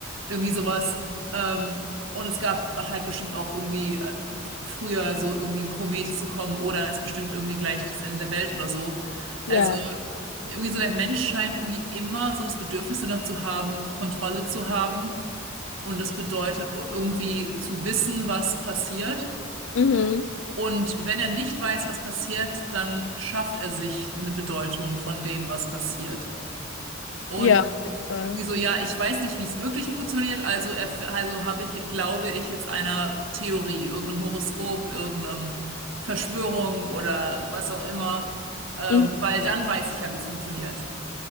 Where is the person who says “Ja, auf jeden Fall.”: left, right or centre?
Left